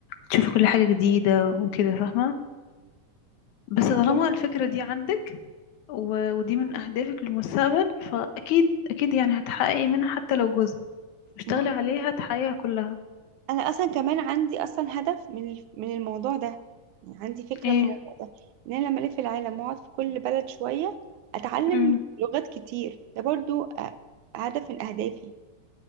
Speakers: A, on the left; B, on the right.
A: تشوفي كل حاجة جديدة وكده فاهمة بس طالما
B: وكم
A: الفكرة دي عندك و... ودي من اهدافك للمستقبل فاكيد اكيد يعني هتحققي منها حتى لو جزء اشتغلي
B: ما هو
A: عليها تحققيها كلها
B: انا اصلا كمان عندي اصلا هدف من الف- من الموضوع ده يعني عندي فكره
A: ايه
B: من الموضوع ده ان انا لما الف العالم واقعد في كل بلد شويه اتعلم
A: امم
B: لغات كتير ده برضو آه، هدف من اهدافي